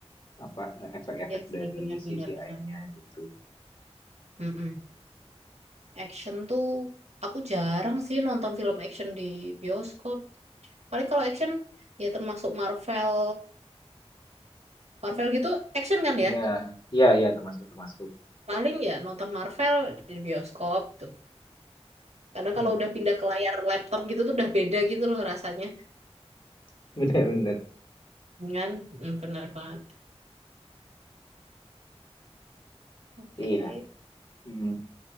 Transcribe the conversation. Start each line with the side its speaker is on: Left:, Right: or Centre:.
Left: apa eh, efek-efek
Right: Iya sih,
Left: dari
Right: benar-benar
Left: CGI-nya
Right: benar. benar,
Left: gitu.
Right: benar. Mm-mm. Action tuh, aku jarang sih nonton film action di bioskop. Paling kalau action ya termasuk Marvel, Marvel gitu action kan ya?
Left: Ya, ya, ya termasuk termasuk.
Right: Paling ya nonton Marvel di bioskop tuh. Kadang
Left: Hmm.
Right: kalau udah pindah ke layar laptop gitu tuh udah beda gitu loh rasanya.
Left: <laughs> Bener-bener.
Right: Dengan mm, benar banget. Oke.
Left: Iya. Hmm.